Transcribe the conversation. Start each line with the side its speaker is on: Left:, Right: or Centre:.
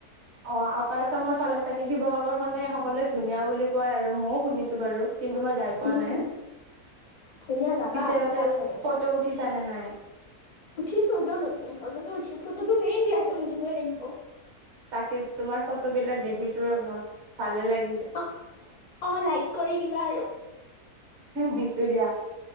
Right: অঁ, আপাৰ আচামৰ ফালে চাগে শিৱসাগৰ খনে সকলোৱে ধুনীয়া বুলি ক কয় আৰু মইও শুনিছো বাৰু কিন্তু মই যাই পোৱা
Left: উম
Right: নাই,
Left: ধুনীয়া যাবা
Right: পিছে তাতে
Left: ভাল
Right: ফ
Left: লাগে
Right: ফটো উঠিছ নে নাই?
Left: উঠিছো, কিয় নুঠিম, ফটোটো উঠি ফটোটো মেইন দিয়াচোন উঠিবই লাগিব।
Right: তাকে তোমাৰ ফটো বিলাক দেখিছো ৰ'বা, ভালে লাগে
Left: অ অ লাইক কৰি দিবা আৰু
Right: দিছো দিয়া